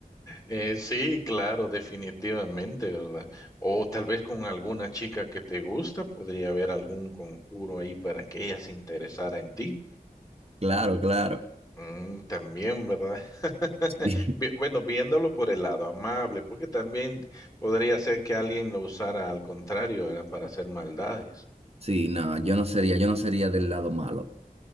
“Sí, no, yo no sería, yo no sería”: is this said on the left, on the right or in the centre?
Right